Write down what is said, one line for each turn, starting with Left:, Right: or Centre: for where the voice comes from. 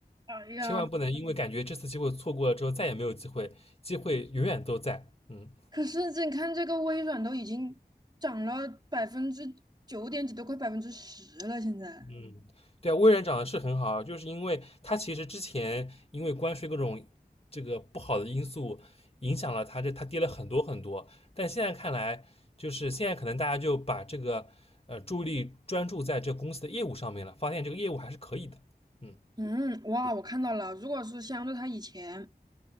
Right: 哎呀，
Left: 千万不能因为感觉这次机会错过了之后再也没有机会，机会永远都在，嗯。
Right: 可是这你看这个微软都已经涨了百分之九点几，都快百分之十了，现在。
Left: 嗯，对啊，微软涨得是很好啊，就是因为它其实之前因为关税各种这个不好的因素影响了它这，它跌了很多很多。但现在看来，就是现在可能大家就把这个呃注意力专注在这公司的业务上面了，发现这个业务还是可以的。嗯，
Right: 嗯，哇，我看到了，如果是相对它以前，